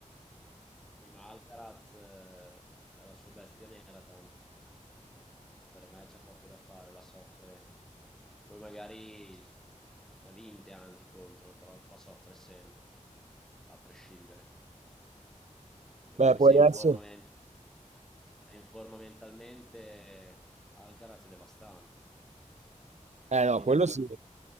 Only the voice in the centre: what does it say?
Sì, ma Alcaraz eh, è la sua bestia nera, tanto per me c'è poco da fare, la soffre. Poi magari ne ha vinte anche contro, però la soffre sempre, a prescindere. E
poi
se è in
forma, ment- se è in forma mentalmente, Alcaraz è devastante.
Viene
a, man-